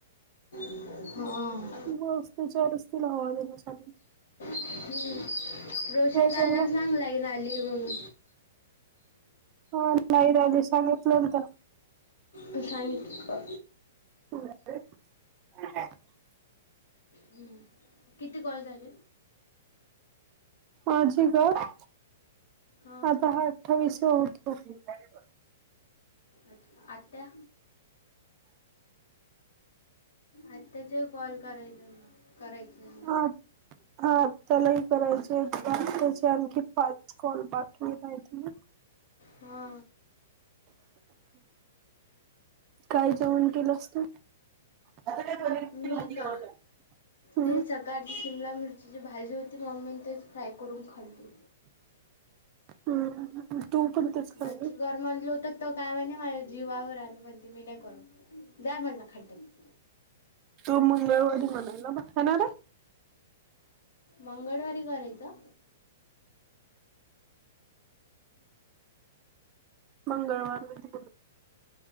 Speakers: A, on the left; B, on the right.
A: हा <inaudible>
B: वस्तीच्या रस्तीला हवं देवस्थान
A: हम्म रोशन दादाला
B: त्यांना
A: सांग लाईट आली म्हणून
B: हं लाईट आली सांगितलं मी त्याला
A: तू सांगितलंस का?
B: <inaudible>
A: हम्म किती गोळा झालेत
B: आजी गं
A: हां
B: आता हाय <unintelligible>
A: अच्छा आत्या आत्याचे कॉल करायला करायचं ना
B: हा आत्यालाही करायचेत कॉल त्याचे आणखी पाच कॉल बाकी हायती
A: हा
B: काय जेवण केलंस तू? <unintelligible>
A: मी का
B: हम्म
A: ते सकाळची शिमला मिरचीची भाजी होती मम्मी तेच फ्राय करून खाली.
B: हम् म्हंटलं तू पण तेच
A: <unintelligible> म्हणलो
B: खाल्ली.
A: तर तो काय म्हने माझ्या जीवावर आलो म्हणते मी नाही करू जा म्हणलं खड्ड्यात
B: तो मंगळवारी म्हणालाय हो ना रे
A: मंगळवारी घरीय का?
B: मंगळवार म्हणजे